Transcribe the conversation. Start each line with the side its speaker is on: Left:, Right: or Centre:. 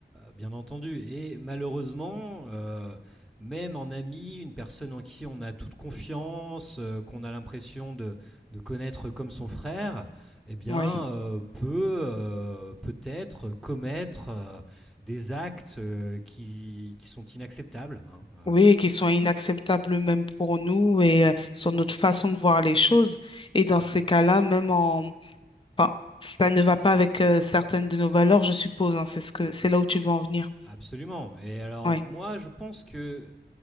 Centre: bien entendu et malheureusement, heu, même en ami, une personne en qui on a toute confiance, heu, qu'on a l'impression de de connaître comme son frère eh bien,
Left: oui.
Centre: heu, peut, heu, peut-être commettre, heu, des actes, heu, qui qui sont inacceptables, hein, heu,
Left: Oui, et qui sont inacceptables même pour nous et euh, sur notre façon de voir les choses. Et dans ces cas-là, même en... Enfin, ça ne va pas avec euh, certaines de nos valeurs, je suppose. hein, c'est ce que... c'est là où tu veux en venir.
Centre: absolument et alors
Left: Oui,
Centre: moi je pense que,